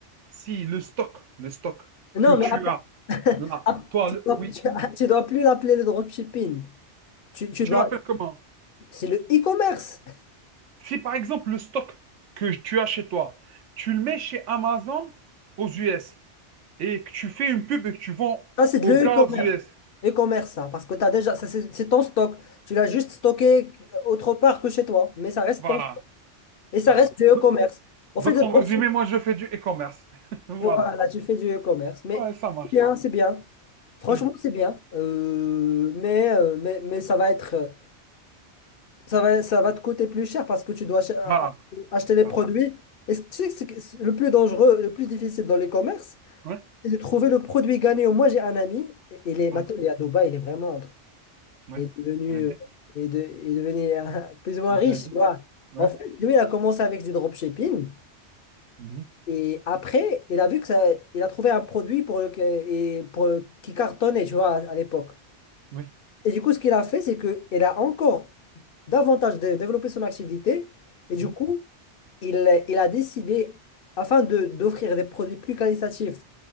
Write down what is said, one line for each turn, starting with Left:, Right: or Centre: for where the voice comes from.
Right: si le stock, le stock
Left: non,
Right: que tu
Left: mais à-
Right: as
Left: <laughs>
Right: là,
Left: Ah,
Right: toi,
Left: tu
Right: le-
Left: dois,
Right: oui,
Left: tu, <laughs> tu dois plus l'appeler le dropshipping. Tu, tu
Right: tu
Left: dois,
Right: l'appelles comment?
Left: c'est le e-commerce.
Right: Si par exemple le stock que tu as chez toi, tu le mets chez Amazon aux US et que tu fais une pub et que tu vends
Left: Ça, c'est de
Right: aux
Left: le
Right: gars
Left: e-commerce.
Right: aux US.
Left: E-commerce, ça. Parce que t'as déjà, ça, c'est c'est ton stock. Tu l'as juste stocké autre part que chez toi. Mais ça reste
Right: Voilà,
Left: ton stock. Et ça
Right: voilà.
Left: reste du e-commerce.
Right: Do-
Left: On
Right: Donc
Left: fait, le
Right: en
Left: dropshipping.
Right: résumé, moi je fais du e-commerce. <laughs> Voilà.
Left: Voilà, tu fais du e-commerce. Mais
Right: Ouais, ça marche.
Left: c'est bien, c'est bien. Franchement,
Right: Hmm.
Left: c'est bien. Euh, mais, euh, mais, mais ça va être, ça va, ça va te coûter plus cher parce que tu dois ach-
Right: Voilà,
Left: acheter les
Right: voilà.
Left: produits. Et tu sais que c'est- c'est le plus dangereux, le plus difficile dans l'e-commerce,
Right: Ouais,
Left: c'est de trouver le produit gagnant. Moi, j'ai un ami, il est
Right: ouais,
Left: maintenant il est à Dubaï, il est vraiment,
Right: ouais.
Left: il est devenu,
Right: Blindé.
Left: il est de- il est devenu euh,
Right: Mhm.
Left: plus ou moins
Right: Blindé.
Left: riche, tu vois.
Right: Ouais.
Left: En fait, lui, il a commencé avec du dropshipping
Right: Mhm.
Left: et après, il a vu que ça, il a trouvé un produit pour le, et pour le- qui cartonnait, tu vois, à, à l'époque.
Right: Oui.
Left: Et du coup, ce qu'il a fait, c'est que il a encore davantage dé- développé son activité et
Right: Mhm.
Left: du coup, il, il a décidé, afin de d'offrir des produits plus qualitatifs